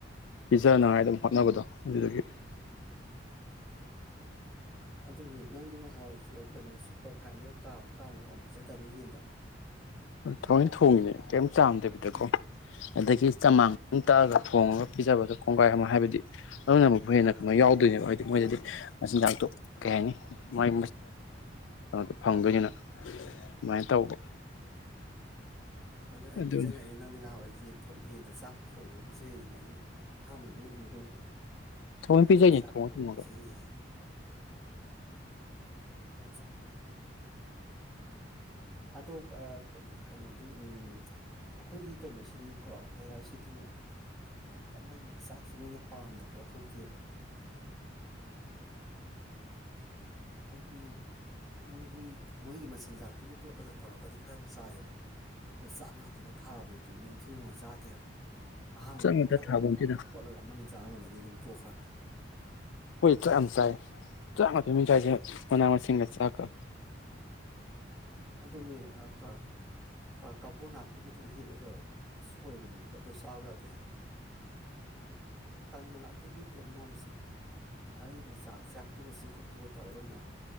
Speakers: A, on the left; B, in the centre.
A: ꯄꯤꯖꯅꯉꯥꯏ
B: ꯎꯝ
A: ꯑꯗꯨꯝ ꯍꯣꯠꯅꯕꯗꯣ ꯑꯗꯨꯗꯒꯤ
B: ꯑꯗꯨꯅꯦ ꯅꯪꯗꯤ ꯅꯥꯍꯟꯅꯥꯏ ꯀꯩꯅꯣ ꯁꯨꯄꯔꯐꯥꯏꯟꯗꯣ ꯀꯥꯝꯨ ꯀꯥꯝꯃꯨ ꯌꯥꯝ ꯄꯤꯖꯗꯅꯤ ꯌꯦꯟꯗ
A: ꯊꯥꯑꯣꯏꯅ ꯊꯣꯡꯉꯤꯅꯦ ꯀꯩꯝ ꯆꯥꯝꯗꯕꯤꯗꯀꯣ
B: ꯑꯗꯨꯅꯤ
A: ꯑꯗꯒꯤ ꯆꯃꯥꯡ
B: ꯎꯝ
A: ꯑꯃ ꯇꯛꯑꯒ ꯊꯣꯡꯉꯒ ꯄꯤꯖꯕꯗꯣ ꯀꯣꯡꯒꯥꯏ ꯑꯃ ꯍꯥꯏꯕꯗꯤ ꯑꯗꯨꯅꯃꯛꯄꯨ ꯍꯦꯟꯅ ꯀꯩꯅꯣ ꯌꯥꯎꯗꯣꯏꯅꯦꯕ ꯍꯥꯏꯗꯤ ꯃꯣꯏꯗꯗꯤ ꯃꯆꯤꯟꯖꯥꯛꯇꯣ ꯀꯩ ꯍꯥꯏꯅꯤ ꯃꯥꯏ <unintelligible> ꯐꯪꯗꯣꯏꯅꯤꯅ ꯑꯗꯨꯃꯥꯏꯅ ꯇꯧꯕ
B: ꯑꯗꯨ ꯑꯩ
A: ꯑꯗꯨꯅꯤ
B: ꯅꯤꯡꯁꯤꯡꯉꯛꯏꯦ ꯅꯪꯗꯤ ꯉꯍꯕ ꯑꯩ ꯌꯦꯊꯣꯛ ꯌꯦꯟꯗ ꯆꯥꯛ ꯊꯣꯡꯉꯒ ꯄꯤꯖꯩ ꯑꯩꯅ ꯑꯩꯅ ꯑꯍꯥꯟꯕꯗ ꯅꯣꯛꯏꯅꯤ ꯀꯩꯅꯣ ꯑꯩꯅ
A: ꯊꯑꯣꯏꯅ
B: ꯌꯦꯗꯤ
A: ꯄꯤꯖꯩꯅꯦ
B: ꯁꯥꯊꯕ
A: ꯊꯣꯡꯉ ꯊꯣꯡꯉꯒ
B: ꯆ ꯌꯥ ꯆ ꯑꯗꯣ ꯀꯩꯅꯣꯗꯤ ꯎ ꯑꯩꯈꯣꯏꯒꯤ ꯀꯩꯅꯣꯁꯤꯗꯤ ꯀꯣ ꯂꯩꯌꯥꯔꯁꯤꯗꯤꯅꯦ ꯌꯥꯝ ꯀꯟꯅꯅꯤ ꯆꯥꯛꯁꯦ ꯃꯣꯏꯅ ꯄꯥꯝꯗꯕ꯭ꯔꯥ ꯈꯪꯗꯦꯕ ꯑꯩꯈꯣꯏꯒꯤ ꯃꯣꯏꯒꯤ ꯃꯣꯏꯒꯤ ꯃꯆꯤꯟꯖꯥꯛꯇꯨꯒ ꯇꯣꯠꯂꯒ ꯇꯧꯔꯒꯗꯤ ꯈꯔ ꯆꯥꯏꯑꯕ ꯑꯗꯨ ꯆꯥꯛ ꯉꯥꯛꯇꯒ ꯊꯥꯕꯅꯤ ꯑꯗꯨ ꯃꯣꯏ ꯏꯊꯤ ꯅꯨꯡꯉꯥꯏ ꯆꯥꯗꯦꯕ ꯑꯍꯥꯡꯉꯒꯤ
A: ꯆꯥꯛꯉꯥꯛꯇ
B: ꯈꯔ
A: ꯊꯥꯕ
B: ꯈꯔ ꯈꯣꯡ
A: ꯅꯠꯇꯦꯗ
B: ꯈꯣꯠꯂꯒ ꯑꯃꯅꯤ ꯆꯥꯃꯅꯦꯗꯤ ꯑꯗꯨꯝ ꯇꯣꯛꯈ꯭ꯔꯅꯤ
A: ꯍꯣꯏ ꯇ ꯑ ꯆ ꯇ ꯊ ꯃꯤ ꯌꯥ ꯃꯅꯥ ꯑꯃ ꯁꯤꯁꯤꯡ ꯆꯀ
B: ꯑꯗꯨ ꯑꯗꯨꯅꯤ ꯑ ꯀꯥ ꯀ ꯀꯕꯣ ꯅꯥꯄꯤꯒꯗꯨ ꯍꯦꯛꯑꯒ ꯁꯣꯏꯕ ꯀ ꯑꯗꯨ ꯇꯥꯎꯒꯗ ꯍꯥꯏꯕ ꯇꯗꯅ ꯑꯝꯇ ꯍꯦꯛꯇ꯭ꯔꯦ ꯃꯅꯥ ꯃꯁꯤꯡꯁꯦ ꯑꯔꯩꯕ ꯆꯥꯛꯁꯦ ꯆꯥꯛꯇꯨꯒ ꯆꯤꯡꯀꯨꯞꯇꯨꯒ ꯇꯧꯔꯒꯅꯦ